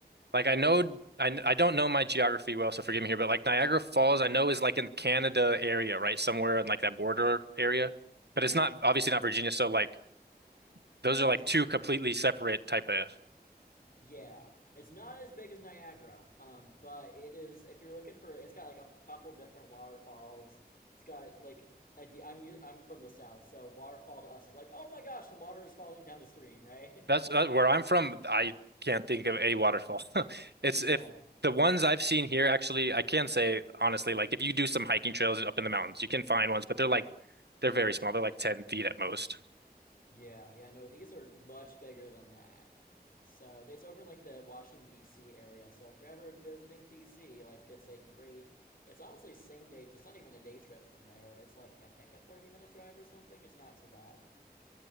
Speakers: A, on the right; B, on the left.
A: Like I know
B: it's like
A: I, I don't know my geography well, so forgive me here, but like Niagara Falls, I know is like in Canada area, right? Somewhere in like that border area.
B: yeah,
A: But it's not obviously not Virginia, so like those
B: DC.
A: are like two completely separate type of
B: Yeah, it's not as big as Niagara, um, but it is. If you're looking for, it's got like a couple different waterfalls. It's got like i D- i u- I'm from the south, so waterfall to us is like, oh my gosh, some water is falling down the stream, right?
A: that's uh, where I'm from. I can't think of a waterfall. <laughs> It's
B: <laughs> yeah,
A: if the ones I've seen here actually, I can say honestly, like if you do some hiking trails up in the mountains, you can find ones, but they're like they're very small. They're like 10 feet at most.
B: yeah, yeah. No, these are much bigger than that. So it's over in like the Washington D.C. area. So if you're ever visiting D.C., like it's a great. It's honestly same day. It's not even a day trip from there. It's like I think a 30 minute drive or something. It's not too bad.